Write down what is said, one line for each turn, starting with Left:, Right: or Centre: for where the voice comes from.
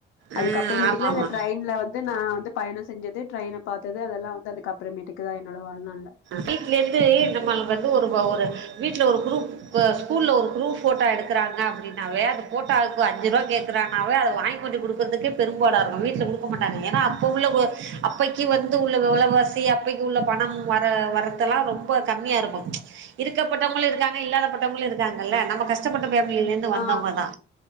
Left: அதுக்கப்புற
Right: ஆ
Left: மேட்டுக்கு
Right: ஆமா
Left: தா
Right: ஆமா
Left: இந்த ட்ரெயின்ல வந் து நா வந்து பயணோ செஞ்சததே ட்ரெயின பார்த்தது அதெல்லா வந்து அதுக்கப்புறமேட்டுக்கு தா என்னோட வாழ்நாள்ல
Right: வீட்ல இருந்து நம்மளுக்கு
Left: ம்
Right: வந்து ஒரு ஒரு வீட்ல ஒரு குரூப் இப்ப ஸ்கூல்ல ஒரு குரூப் போட்டோ எடுக்குறாங்க அப்டின்னாவே அது போட்டாக்கு அஞ்சுருவா கேக் கறனாவே அத வாங்கி கொண்டு குடுக்கறதுக்கே பெரும்பாடா இருக்கு வீட்ல குடுக்க மாட்டாங்க ஏனா அப்ப உள்ள அப்பைக்கி வந்து உள்ள வெலவாசி அப்பைக்கி உள்ள பணம் வர வரத்தெல்லா ரொம்ப கம்மியா இருக்கு இருக்கப்பட்டவங்களு இருக்காங்க இல்லாதப்பட்டவங்களு இருக்காங்கல்ல நம்ம கஷ்டப்பட்ட ஃபேமிலிலருந்து வந்தவங்கதா
Left: ஆ